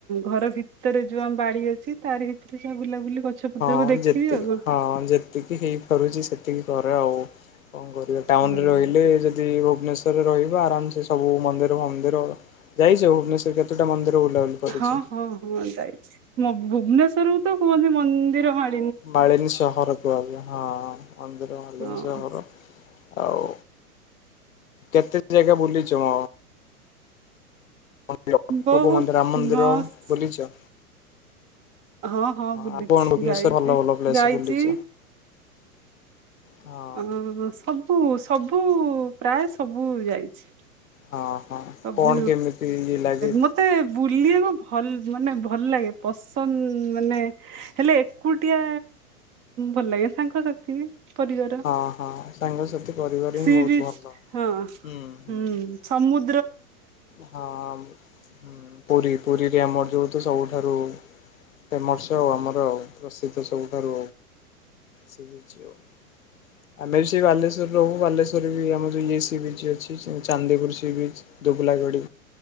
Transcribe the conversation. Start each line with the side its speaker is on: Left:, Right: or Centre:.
Right: ଘର ଭିତରେ ଯୋଉ ଆମ ବାଡି ଅଛି ତାରି ଭିତରେ ସ ବୁଲାବୁଲି। ଗଛ ପତ୍ରକୁ
Left: ହଁ
Right: ଦେଖିବି
Left: ଯେତିି
Right: ଆଉ
Left: ହଁ ଯେତିକି ହେଇପାରୁଛି ସେତିକି କର। ଆଉ କଣ କରିବା ଟାଉନରେ
Right: କଣ।
Left: ରହିଲେ ଯଦି ଭୁବନେଶ୍ଵରରେ ରହିବ ଆରାମସେ ସବୁ ମନ୍ଦିର ମନ୍ଦିର ଯାଇ ସେ ଭୁବନେଶ୍ୱର କେତେଟା ମନ୍ଦିର? ବୁଲାବୁଲି କରିଛ?
Right: ହଁ ହଁ ହଁ ଯାଇଛି ମ ଭୁବନେଶ୍୍ୱର କୁ ତ କୁହନ୍ତି ମନ୍ଦିର ହ
Left: ମାଳିନି ସହହରକୁୁ ଆ ହଁ ଅନ୍ଦର ମାଳିନ
Right: ହଁ
Left: ସହର ଆଉ କେତେ ଜାଗା ବୁଲିଛ? <unintelligible>
Right: ବହୁତ
Left: ରାମ ମନ୍ଦିର
Right: ମସ୍ତ
Left: ବୁଲିଛ।
Right: ହଁ ହଁ ବୁଲୁଛି
Left: ଆଉ କଣ ଭୁବନେଶ୍ୱର
Right: ଯାଇଛି
Left: ଭଲ ଭଲ ପ୍ଲେସ
Right: ଯାଇଛି।
Left: ବୁଲିଛ? ହଁ
Right: ଅ ସବୁ ସବୁ ପ୍ରାୟ ସବୁ ଯାଇଛି।
Left: ହଁ ହଁ
Right: ସବୁ
Left: କଣ କେମିତି ଇଏ ଲାଗେ?
Right: ମତେ ବୁଲିବା ଭଲ ମାନେ ଭଲ ଲାଗେ ପସନ୍ଦ ମାନେ ହେଲେ ଏକୁଟିଆ ଭଲ ଲାଗେ ସାଙ୍ଗସାଥି। ପରିବାର
Left: ହଁ ହଁ ସାଙ୍ଗସାଥି ପରିବାର
Right: ସି
Left: ହିଁ ବହୁତ
Right: ବିସ
Left: ଭଲ।
Right: ହଁ
Left: ହୁଁ ହୁଁ।
Right: ହଁ ସମୁ
Left: ହଁ ହଁ ପୁରୀ ପୁରୀରେ ଆମର ଯୋଉ ସବୁଠାରୁ ଫେମସ ଆଉ ଆମର ପ୍ରସିଦ୍ଧ ସବୁଠାରୁ ସି ବିଚ୍ ଆଉ। ଆମେ ବି ସେଇ ବାଲେଶ୍ଵରରେ ରହୁ ବାଲେଶ୍୍ୱରରେ ବି ଆମରଯଉ ଇଏ ସି ବିଚ୍ ଅଛି ଚାନ୍ଦିପୁର ସି ବିଚ। ଦୁବୁଲାଗଡ଼ି